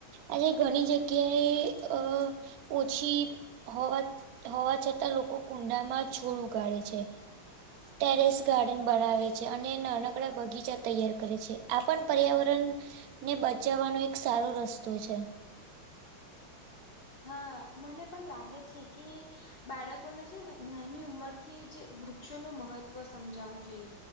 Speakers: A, on the right; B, on the left.
A: આજે ઘણી જગ્યાએ અ ઓછી હોવા હોવા છતાં લોકો કુંડામાં છોડ ઉગાડે છે. ટેરેસ ગાર્ડન બનાવે છે અને નાનકડા બગીચા તૈયાર કરે છે આપણ પર્યાવરણને બચાવવાનો એક સારો રસ્તો છે.
B: હા મને પણ લાગે છે કે બાળકોને છે ને નાની ઉંમરથી જ વૃક્ષોનું મહત્વ સમજાવવું જોઈએ.